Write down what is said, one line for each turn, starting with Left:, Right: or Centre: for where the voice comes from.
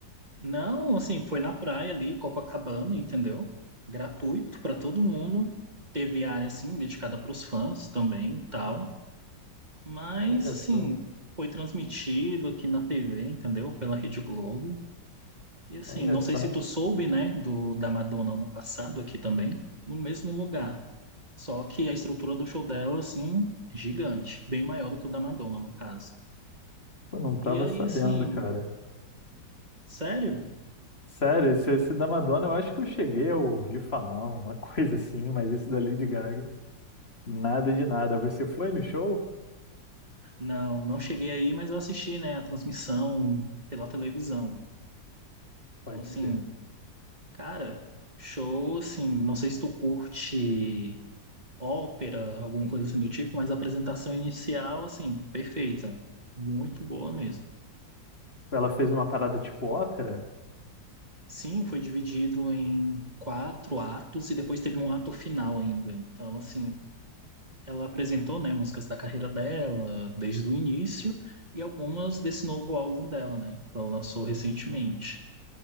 Right: Não, assim, foi na praia ali, Copacabana, entendeu? Gratuito para todo mundo. Teve área, assim, dedicada para os fãs também e tal. Mas,
Left: Olha
Right: assim,
Left: só,
Right: foi transmitido aqui na TV, entendeu? Pela Rede Globo. E, assim,
Left: olha
Right: não
Left: só.
Right: sei se tu soube, né, do, da Madonna ano passado aqui também, no mesmo lugar. Só que a estrutura do show dela, assim, gigante. Bem maior do que o da Madonna, no caso.
Left: Eu não
Right: E
Left: tava
Right: aí,
Left: sabendo,
Right: assim,
Left: cara.
Right: sério?
Left: Sério, esse, esse da Madonna eu acho que eu cheguei a ouvir falar uma <laughs> coisa assim, mas esse da Lady Gaga, nada de nada. Você foi no show?
Right: Não, não cheguei aí, mas eu assisti, né, a transmissão pela televisão. Então,
Left: Pode
Right: assim,
Left: crer.
Right: cara, show, assim, não sei se tu curte ópera, alguma coisa assim do tipo, mas a apresentação inicial, assim, perfeita. Muito boa mesmo.
Left: Ela fez uma parada tipo ópera?
Right: Sim, foi dividido em quatro atos e depois teve um ato final ainda. Então, assim, ela apresentou, né, músicas da carreira dela desde o início e algumas desse novo álbum dela, né, que ela lançou recentemente.